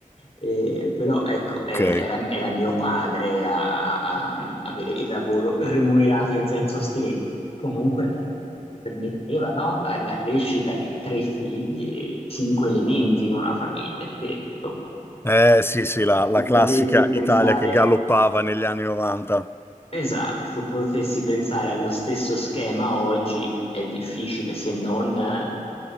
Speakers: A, on the left; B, on the left.
A: Eh, però ecco, era,
B: Ok.
A: era- era mio padre a, a- a avere il lavoro remunerato in senso stretto. Comunque era- permetteva, no, la, la crescita di tre figli e cinque elementi in una famiglia, se insomma
B: Eh sì, sì, la, la
A: tu
B: classica
A: potessi pensare
B: Italia che galoppava negli anni 90.
A: Esatto, tu potessi pensare allo stesso schema oggi è difficile se non eh,